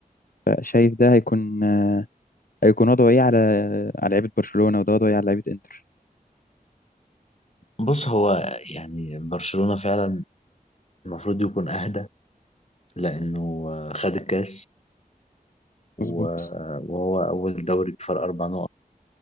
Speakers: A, on the left; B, on the left.
A: فشايف ده هيكون آه، هيكون وضعه ايه على على لعيبة برشلونة وده وضعه ايه على لعيبة انتر
B: بص هو يعني برشلونة فعلا المفروض يكون أهدى لأنه آه، خد الكاس و-
A: مظبوط
B: آه، وهو أول دوري بفرق أربع نقط